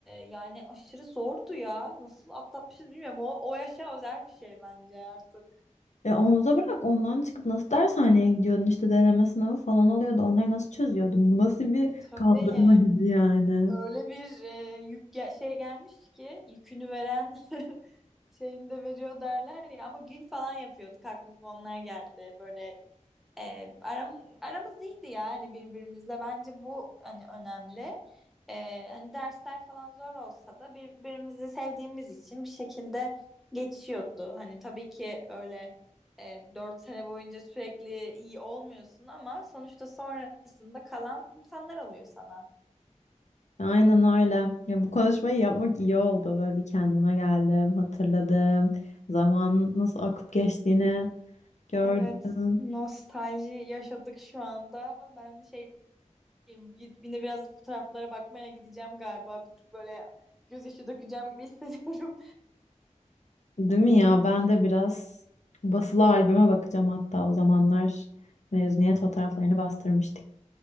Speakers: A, in the centre; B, on the left (about 65°).
A: yani aşırı zordu ya. Nasıl atlatmışız bilmiyorum. O, o yaşa özel bir şey bence artık.
B: E onu da bırak ondan çıkıp nasıl dershaneye gidiyordun işte deneme sınavı falan oluyordu. Onları nasıl çözüyordun? Bu nasıl bir
A: Tabii.
B: kaldırma gücü yani?
A: Öyle bir e, yük ge- şey gelmiş ki yükünü veren <laughs> şeyini de veriyor derler ya ama gün falan yapıyorduk aklıma onlar geldi böyle e, aram, aramız iyiydi yani birbirimizle bence bu hani önemli E, hani dersler falan zor olsa da birbirimizi sevdiğimiz için bir şekilde geçiyordu hani tabii ki öyle e, dört sene boyunca sürekli iyi olmuyorsun ama sonuçta sonrasında kalan insanlar oluyor sana.
B: Aynen öyle. Ya bu konuşmayı yapmak iyi oldu. Böyle bir kendime geldim, hatırladım. Zaman nasıl akıp geçtiğini gördüm.
A: Evet, nostalji yaşadık şu anda. Ben şey Yine biraz fotoğraflara bakmaya gideceğim galiba. Bir tık böyle gözyaşı dökeceğim gibi hissediyorum.
B: Değil mi ya? Ben de biraz basılı albüme bakacağım hatta o zamanlar mezuniyet fotoğraflarını bastırmıştık.